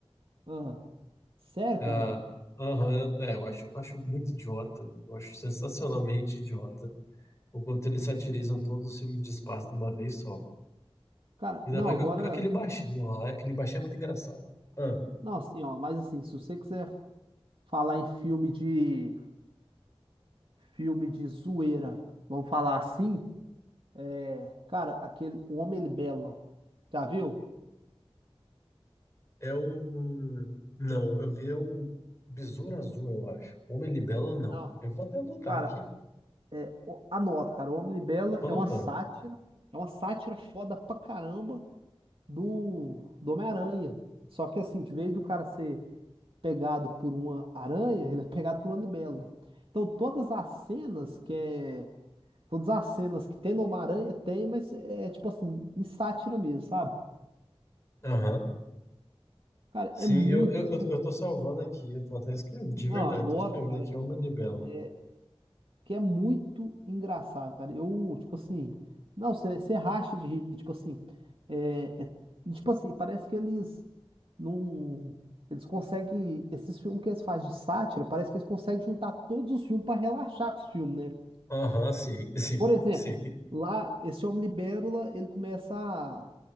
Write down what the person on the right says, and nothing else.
ah, sério,
cara?
Cara,
não,
agora.
Não, assim, ó. Mas assim, se você quiser. Falar em filme de filme de zoeira, vamos falar assim? é Cara, aquele O Homem Libela, já viu?
Não.
Cara,
é, o- anota, cara, O Homem Libela
é
uma sátira, é uma sátira foda pra caramba do, do Homem-Aranha. Só que assim, de vez do cara ser pegado por uma aranha, ele é pegado por uma libela. Então todas as cenas que é, todas as cenas que tem no Homem-Aranha tem, mas é tipo assim, em sátira mesmo, sabe?
Cara,
é muito.
Não,
anota,
cara.
É... Que é muito engraçado, cara. Eu, tipo assim. Não, você você racha de rir, tipo assim. É... é- e, Tipo assim, parece que eles não. Eles conseguem. Esses filmes que eles fazem de sátira, parece que eles conseguem juntar todos os filmes para relaxar com os filmes, né?
Por exemplo,
lá, esse homem libélula, ele começa a,